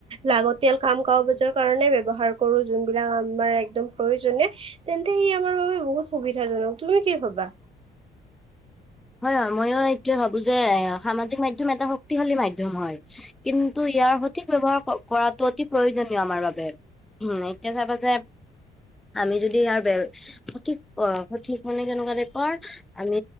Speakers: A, on the right; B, in the centre.
A: লাগতিয়াল কাম কাগ বাজৰ কাৰণে ব্যৱহাৰ কৰো যোনবিলাক আমাৰ একদম প্ৰয়োজনীয় তেন্তে ই আমাৰ বাবে বহুত সুবিধাজনক তুমি কি ভাবা
B: হয় হয় ময়ো এইটোয়ে ভাবো যে সামাজিক মাধ্যম ম এটা শক্তিশালী মাধ্য়ম হয় কিন্তু ইয়াৰ সঠিক ব্যৱহাৰ কৰাটো অতি প্ৰয়োজনীয় আমাৰ বাবে এতিয়া চাইা যে আমি যদি ইয়াৰ ব সঠিক সঠিক মানে কেনেকুৱা দে কৰ আমি